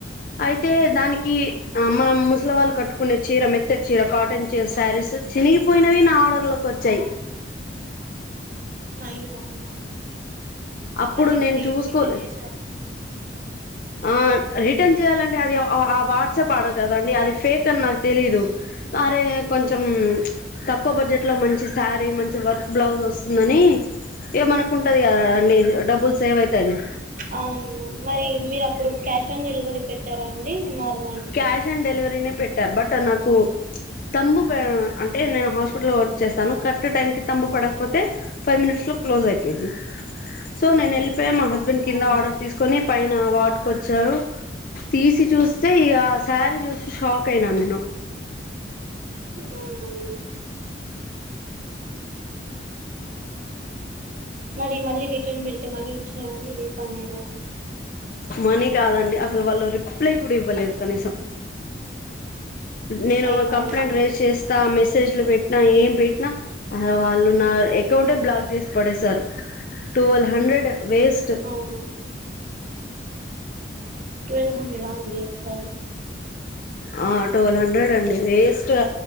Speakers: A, on the left; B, on the right.
A: అయితే దానికి అ మనం ముసళ కట్టు కొనే చీర మెత్తటి చీర కాటన్ చీ శారీస్ చినిగిపోయినవి నా ఆర్డర్ లోకి వచ్చాయి
B: అయ్యో అవునా అండి
A: అప్పుడు
B: మళ్ళీ
A: నేను
B: మరి
A: చూసుకోలే
B: రిటర్న్ చేశారు
A: ఆ రిటర్న్ చేయాలంటే అది ఆ ఆ ఆ వాట్సాప్ ఆడదు కదండి అది ఫేక్ క్ అని నాకు తెలీదు అరే కొంచెం తక్కువ ఎక్వ బడ్జెట్ లో మంచి శారీ మంచి వర్క్ బ్లౌజ్ వస్తుందని ఇగ మనకు ఉంటది కదా అండి డబ్బులు సేవ్ అయితాని
B: అవును మరి మీరు అప్పుడు క్యాష్ ఆన్ డెలివరీ పెట్ ట్టరా అండి ఇన్నాళ్ళు
A: క్యాష్ ఆన్ డెలివరీనేే పెట్ట బట్ ఆ నాకు తంబు పే అంటే నేను హాస్పిటల్లో వర్క్ చేస్తాను కట్ ట్ టైమ్ కి తంబు పడకపోతే ఫైవ్ మినిట్స్లో క్లోజ్ అయిపోయిది సో నేను ఎల్ తే మా హస్బెండ్ కింద
B: అవును
A: ఆర్డర్ తీసుకొని పైన అ వార్డుకొచ్చారు తీసి చూస్ తే ఇగ ఆ సారీ చూసి షాక్ అయినా నేను
B: ఆ మరి మళ్ళీ రిటర్న్ పెడితే మనీ వచ్చినాయి కానీ రీఫండ్ అయినీయా
A: మనీ కాదండి అసలు వాళ్ళు రిప్లై కూడా ఇవ్వలేదు కనీసం. నేను
B: అయ్యో
A: కంప్లైంట్
B: అవునా అండి
A: రైజ్ చేస్తా మెస్. మెసేజ్లు పెట్టినా ఏం పెట్టినా అ వాళ్ళు నా అకౌంటే బ్లాక్ చేసి పడేసారు టువెల్ హండ్రెడ్. వేస్ట్
B: అవునా ట్వల్వ్ హండ్రెడ్ ఆండి అసలు
A: ఆ ట్వల్వ్ హండ్రెడ్ అండి వేస్ట్ గా